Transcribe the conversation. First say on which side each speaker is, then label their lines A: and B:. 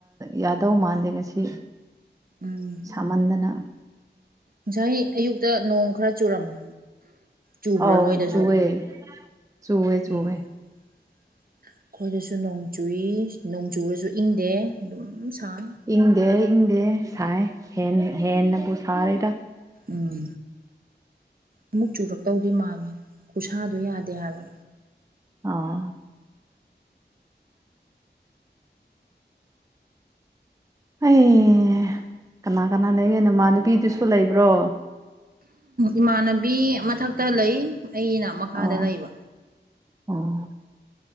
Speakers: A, on the right (about 20°); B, on the right (about 50°).
A: ꯌꯥꯗꯧ ꯃꯥꯟꯗꯦ ꯉꯁꯤ
B: ꯎꯝ
A: ꯁꯃꯟꯗꯅ
B: ꯉꯁꯥꯏ ꯑꯌꯨꯛꯇ ꯅꯣꯡ ꯈꯔ ꯆꯨꯔꯝꯃꯦ ꯆꯨꯕ꯭ꯔꯥ
A: ꯑꯧ
B: ꯅꯣꯏꯗꯁꯨ
A: ꯆꯨꯋꯦ ꯆꯨꯋꯦ ꯆꯨꯋꯦ
B: ꯎꯝ <inaudible> ꯑꯩꯈꯣꯏꯗꯁꯨ ꯅꯣꯡ ꯆꯨꯏ ꯅꯣꯡꯆꯨꯔꯁꯨ ꯏꯪꯗꯦ ꯑꯗꯨꯝ ꯁꯥꯡ
A: ꯏꯪꯗꯦ ꯏꯪꯗꯦ ꯁꯥꯏ ꯍꯦꯟꯅꯕꯨ ꯁꯥꯔꯤꯗ
B: ꯎꯝ ꯑꯃꯨꯛ ꯆꯨꯔꯛꯇꯧꯗꯤ ꯃꯥꯜꯂꯦ ꯈꯨꯠꯁꯥꯗꯣ ꯌꯥꯗꯦ ꯍꯥꯏꯕ
A: ꯑꯥ ꯑꯩ ꯀꯅꯥ ꯀꯅꯥ ꯂꯩꯒ‌ꯦ ꯅꯃꯥꯟꯅꯕꯤꯗꯨꯁꯨ ꯂꯩꯕ꯭ꯔꯣ
B: ꯏꯃꯥꯟꯅꯕꯤ ꯃꯊꯛꯇ ꯂꯩ ꯑꯩꯅ ꯃꯈꯥꯗ
A: ꯑꯣ
B: ꯂꯩꯕ
A: ꯑꯣ